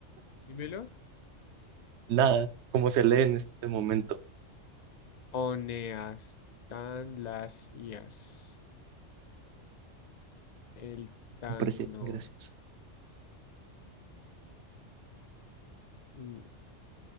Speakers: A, on the left; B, on the right.
A: Dímelo.
B: Nada, como se lee en este momento.
A: Oneastan las ias. El tan,
B: Me parece
A: no.
B: muy gracioso.
A: Mm,